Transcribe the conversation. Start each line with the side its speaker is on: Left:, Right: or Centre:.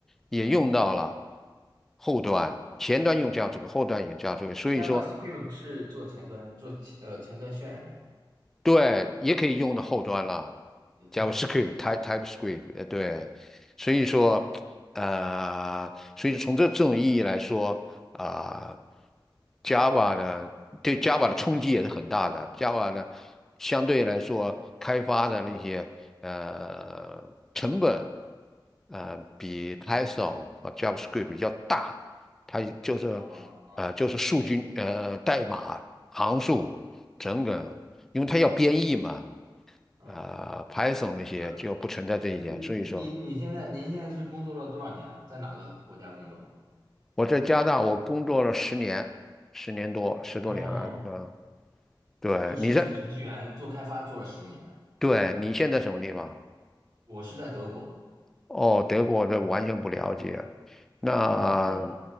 Centre: 也用到了后端，前端用 JavaScript，后端也 JavaScript，所以说
Right: ，Java Script 不是做前端做呃前端渲染的吗？
Centre: 对，也可以用到后端了
Right: 也可以后端。
Centre: ，JavaScript、Type TypeScript，呃，对，所以说，呃，所以从这这种意义来说，啊、j a v a 呢，对 Java 的冲击也是很大的。Java 呢，相对来说开发的那些呃成本，呃，比 Python 和 JavaScript 要大，它就是
Right: 啊啊
Centre: 呃就是数据呃代码。行数，整个，因为它要编译嘛，
Right: 嗯，
Centre: 啊、呃 Python 那些就不存在这一点。
Right: 那那嗯那您你现在您现在是工作了多少年啊？
Centre: 所以说，
Right: 在哪个国家工作的？
Centre: 我在加拿大我工作了十年，十年多，十多年了，
Right: 嗯，
Centre: 嗯、对，
Right: 就是做程序员、
Centre: 你在，
Right: 做开发做了十年，
Centre: 对，你现在什么地方？
Right: 我是在德国。
Centre: 哦，德国这完全不了解。那
Right: 对，那